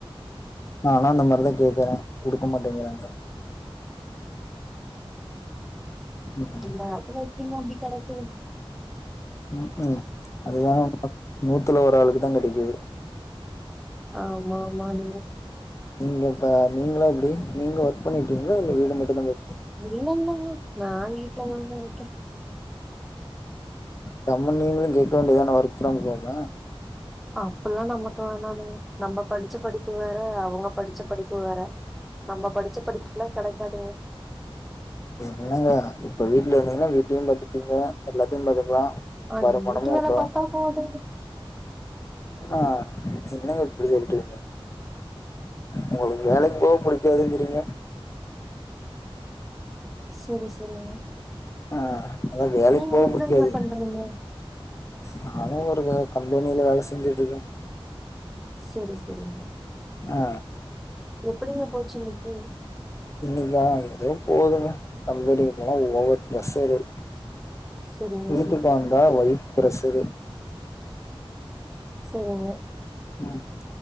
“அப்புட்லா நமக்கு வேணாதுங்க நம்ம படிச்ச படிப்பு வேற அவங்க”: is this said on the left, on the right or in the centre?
Centre